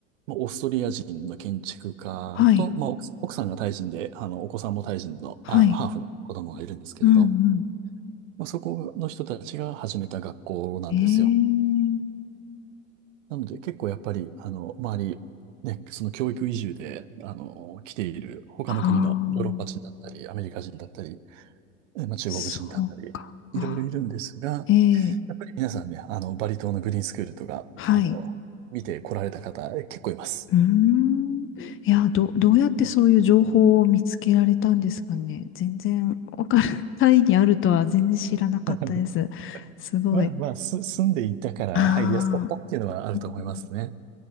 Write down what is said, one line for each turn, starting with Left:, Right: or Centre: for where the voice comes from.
Right: まあオーストリア人の建築家と、
Left: はい。
Right: まあ、奥さん奥さんがタイ人で、あの、お子さんもタイ人の、
Left: はい。
Right: あの、ハーフの子供がいるんですけれど、
Left: うん
Right: まあ、そこの人たちが始めた学校なんですよ。
Left: うん。ええ。
Right: なので、結構やっぱり、あの、周り、ね、その教育移住で、あの、来ている他の国のヨーロッパ人だったり、
Left: ああ。
Right: アメリカ人だったり、えまあ、中国人だったり、
Left: そうか。あ、
Right: いろいろいるんですが、
Left: ええ。
Right: やっぱり皆さんね、あの、バリ島のグリーンスクールとか、
Left: はい。
Right: あの、見て来られた方、え結構います。
Left: うーん。いや、ど、どうやってそういう情報を見つけられたんですかね。全然、わからない、タイにあるとは全然知らなかったです。
Right: <laughs>
Left: すごい。
Right: まあまあ、す、住んでいたから入りやすかったっていうのはあると思いますね。
Left: ああ、うん、